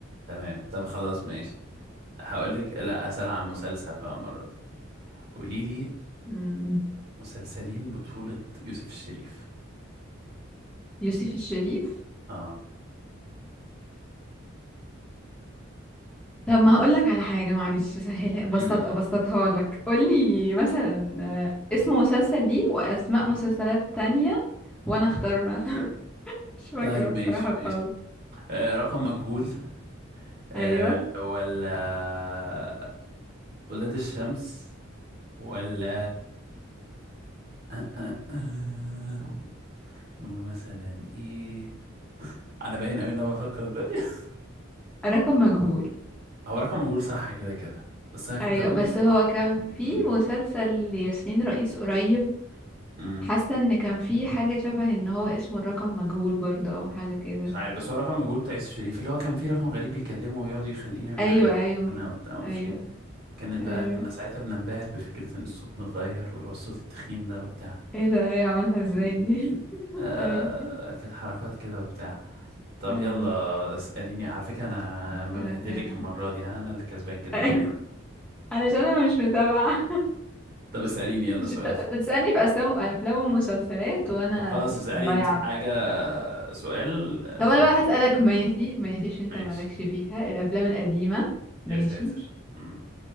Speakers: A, on the right; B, in the centre.
A: تمام طب خلاص ماشي هقول لك لا اسأل عن مسلسل بقى المرة دي قولي لي
B: مم.
A: مسلسلين بطولة يوسف الشريف
B: يوسف الشريف
A: اه
B: طب ما هقول لك على حاجة معلش سهلها بسط
A: م- م-
B: ابسطها
A: م.
B: لك قول لي مثلا آه، اسم مسلسل ليه واسماء مسلسلات تانية وانا اختار مثلا <laughs> مش فاكرة
A: طيب
B: بصراحة
A: ماشي ماشي
B: خالص
A: آه رقم مجهول آه
B: ايوه
A: ولا ولاد الشمس ولا أه أه. نقول مثلا ايه انا باين قوي ان انا بفكر دلوقتي <laughs>
B: رقم مجهول
A: هو رقم مجهول صح كده كده بس انا كنت
B: ايوه
A: هقول
B: بس
A: مسلسل
B: هو كان في
A: أمم.
B: مسلسل لياسمين رئيس قريب
A: أمم.
B: حاسة ان كان في حاجة شبه ان هو اسمه الرقم مجهول برضه او حاجة كده
A: مش عارف بس هو رقم مجهول بتاع يوسف شريف اللي هو كان فيه رقم غريب بيكلمه ويقعد يخليه يعمل
B: ايوه
A: حاجات
B: ايوه
A: معينة وبتاع معرفش
B: ايوه
A: ايه كانت
B: ايوه
A: بقى كنا ساعتها بننبهر بفكرة ان الصوت متغير واللي هو الصوت التخين ده وبتاع
B: ايه ده ايوه عملها ازاي
A: أمم.
B: دي <laughs>
A: آه
B: ايوه
A: كانت حركات كده وبتاع طب
B: أيوة.
A: يلا اسأليني على فكرة انا مبهدلك
B: انا كده
A: المرة دي انا اللي كسبان كده
B: أيوة.
A: كده
B: علشان انا مش متابعة
A: طب اسأليني
B: <laughs>
A: يلا
B: مش
A: سؤال
B: متابعة أنت بتسألني في افلام افلام ومسلسلات وانا
A: طب خلاص اسألي
B: ضايعة
A: انت حاجة آه، سؤال آه،
B: طب انا
A: و-
B: بقى هسألك ماشي ماشي عشان انت
A: ماشي
B: مالكش فيها الافلام القديمة ماشي
A: يا ساتر مم.